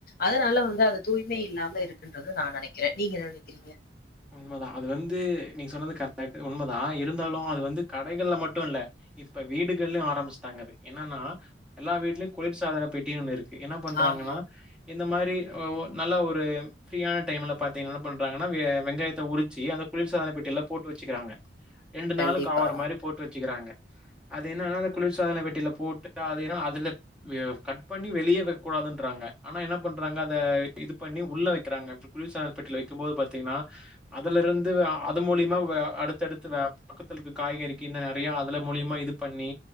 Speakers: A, on the left; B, in the centre.
A: அதனால வந்து அது தூய்மை இல்லாம இருக்குன்றத நா நெனக்கிறே நீங்க என்ன நெனக்கிறீங்க
B: உண்மதா அது வந்து நீங்க சொன்னது கரெக்டாருக்கு உண்மதா இருந்தாலு அது வந்து கடைகள்ல மட்டு இல்ல இப்ப வீடு கள்ளையு ஆரம்பிச்சுட்டாங்க அது என்னன்னா எல்லா வீட்லயு குளிர் சாதன பெட்டினு ஒன்னு இருக்கு என்ன பண்றாங்கன்னா
A: ஆமா.
B: இந்த மாரி ஒ நல்லா ஒரு ஃப்ரீயான டைம்ல பாத்தீங்கனா என்ன பண்றாங்கன்னா வே வெங்காயத் <unintelligible> உரிச்சு அந்த குளிர் சாதன பெட்டியில போட்டு வச்சுக்கிறாங்க ரெண்டு
A: கண்டிப்பா.
B: நாளுக்கு ஆவுர மாரி போட்டு வச்சுக்கிறாங்க அது என்னன்னா அந்த குளிர்சாதன பெட்டியில போட்டு அது ஏன்னா அதுல கட் பண்ணி வெளிய வக்க கூடாதுன்றாங்க ஆனா என்ன பண்றாங்க அத இது பண்ணி உள்ள வெக்கிறாங்க குளிர்சாதன பெட்டியில வெக்கும்போது பத்தீங்கன்னா அதுல இருந்து அ அது மூலியமா வ அடுத்தடுத்து வ பக்கத்துல இருக்க காய்கறிக்கு இன்ன நறியா அதுல மூலியமா இது பண்ணி